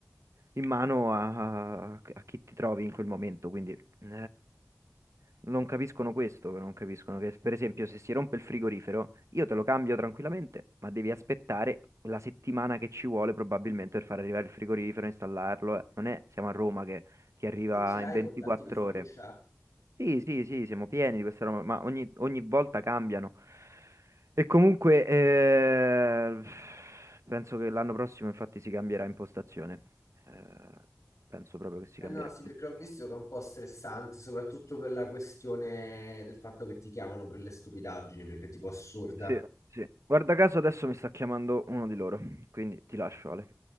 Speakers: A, on the right; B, on the left.
A: in mano a, a a chi ti trovi in quel momento, quindi eh, non capiscono questo, non capiscono che per esempio se si rompe il frigorifero io te lo cambio tranquillamente, ma devi aspettare la settimana che ci vuole probabilmente per far arrivare il frigorifero, installarlo, eh. Non è, siamo a Roma che ti arriva
B: Tu ce l'hai
A: in 24
B: i contatti di fiducia?
A: ore. Sì, sì, sì, siamo pieni di questa roba, ma ogni, ogni volta cambiano. E comunque, eh, penso che l'anno prossimo infatti si cambierà impostazione. Eh, penso proprio che si
B: Eh
A: cambierà
B: no, sì,
A: impostazione.
B: perché ho visto che è un po' stressante, soprattutto per la questione del fatto che ti chiamano per le stupidaggini, perché è tipo assurda.
A: Sì, sì. Guarda caso adesso mi sta chiamando uno di loro, quindi ti lascio Ale.